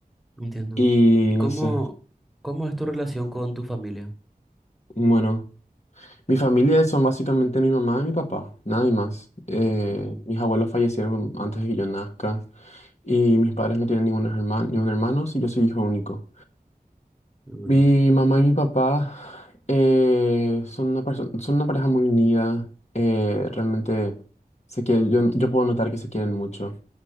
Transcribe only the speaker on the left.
Y
no sé.
Bueno, mi familia son básicamente mi mamá y mi papá, nadie más. Eh,
mis abuelos fallecieron antes de que yo nazca y mis padres no tienen ningún hermano, ningún hermano, sí, yo soy hijo único.
Mi mamá y mi papá eh, son una perso- son una pareja muy unida, eh, realmente se quiere- yo, yo puedo notar que se quieren mucho